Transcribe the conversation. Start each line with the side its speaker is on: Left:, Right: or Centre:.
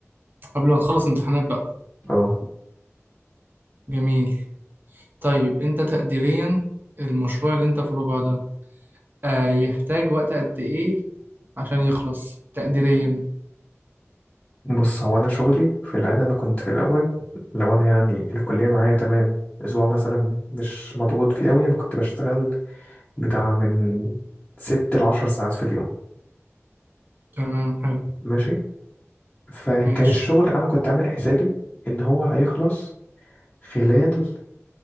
Right: قبل ما تخلص امتحانات بقى
Left: اه
Right: جميل طيب أنت تقديريا المشروع اللي أنت في الربع ده آه يحتاج وقت قد إيه عشان يخلص تقديريا
Left: بص هو انا شغلي في العاده انا كنت في الاول لو انا يعني الكليه معايا تمام اسبوع مثلا مش مضغوط فيه قوي انا كنت بشتغل بتاع من ست لعشر ساعات في اليوم
Right: تمام حلو
Left: ماشي فكان
Right: ماشي
Left: الشغل انا كنت عامل حسابي ان هو هيخلص خلال